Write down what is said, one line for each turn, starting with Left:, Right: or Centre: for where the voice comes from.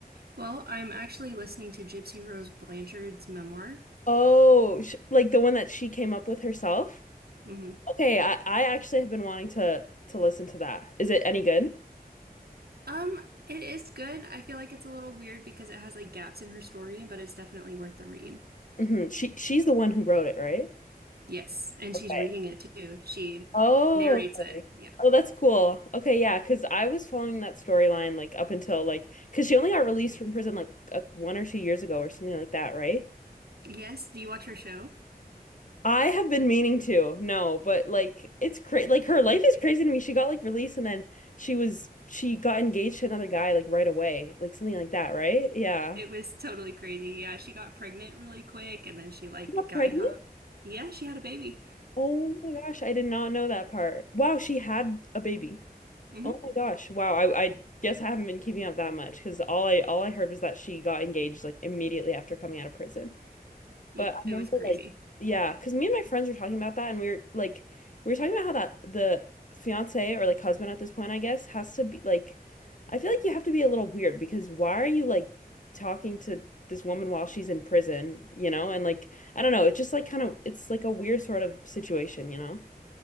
Right: Well, I'm actually listening to Gypsy Rose Blanchard's memoir.
Left: Oh, sh like the one that she came up with herself?
Right: Mhm.
Left: Okay, I I actually have been wanting to to listen to that. Is it any good?
Right: Um, it is good. I feel like it's a little weird because it has like gaps in her story, but it's definitely worth the read.
Left: hmm She she's the one who wrote it, right?
Right: Yes, and
Left: Okay.
Right: she's reading it too. She
Left: Oh,
Right: narrates it.
Left: okay.
Right: Yeah.
Left: Oh, that's cool. Okay, yeah, because I was following that storyline like up until like because she only got released from prison like uh, one or two years ago or something like that, right?
Right: Yes, do you watch her show?
Left: I have been meaning to, no, but like it's crazy. Like her life is crazy to me. She got like released and then she was she got engaged to another guy like right away, like something like that, right? Yeah.
Right: It was totally crazy. Yeah, she got pregnant really quick and then she like
Left: She got
Right: guy
Left: pregnant?
Right: hopped. Yeah, she had a baby.
Left: Oh my gosh, I did not know that part. Wow, she had a baby.
Right: hmm
Left: Oh my gosh. Wow. I, I guess I haven't been keeping up that much because all I all I heard was that she got engaged like immediately after coming out of prison.
Right: Yeah,
Left: But I remember
Right: it was crazy.
Left: like yeah, because me and my friends were talking about that and we were like we were talking about how that the fiance or like husband at this point, I guess, has to be like I feel like you have to be a little weird because why are you like talking to this woman while she's in prison, you know? And like I don't know, it's just like kind of it's like a weird sort of situation, you know?